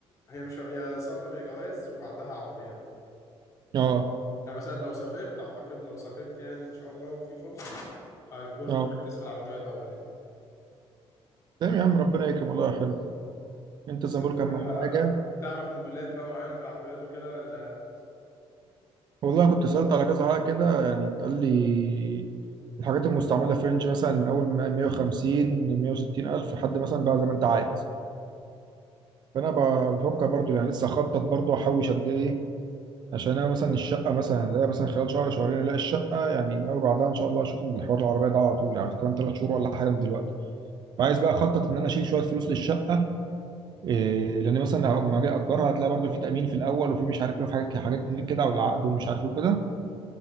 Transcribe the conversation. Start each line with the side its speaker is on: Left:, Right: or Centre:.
Left: هي مش يا سفر يا جواز وبعدها عربيه بقى
Right: أه
Left: يعني مثلا لو سافرت اعتقد لو سافرت يعني ان شاء الله وفي فرصه هيكون
Right: أه
Left: هركز في العربيه الاول يعني
Right: تمام يا عم ربنا يكرم والله يا حلو انت
Left: بس
Right: زي ما
Left: انت
Right: بقول كام
Left: بقى
Right: حاجه
Left: تعرف موديلات بقى معينه في العربيات وكده ولا
Right: والله كنت سالت على كذا حاجه كده يعني اتقال لي الحاجات المستعمله في رينج مثلا من اول ما 150 160 الف لحد مثلا بقى زي ما انت عايز فانا ب- بفكر برضو يعني لسه اخطط برضو احوش قد ايه عشان انا مثلا الشقه مثلا الاقي مثلا خلال شهر شهرين الاقي الشقه يعني ناوي بعدها ان شاء الله اشوف الحوار العربيه ده على طول يعني كمان ثلاث شهور ولا حاجه من دلوقتي فعايز بقى اخطط ان انا اشيل شويه فلوس للشقه إيه، لان مثلا لما اجي اجرها هتلاقي برضو في تامين في الاول وفي مش عارف ايه في حاجات حاجات كتير كده والعقد ومش عارف ايه وكده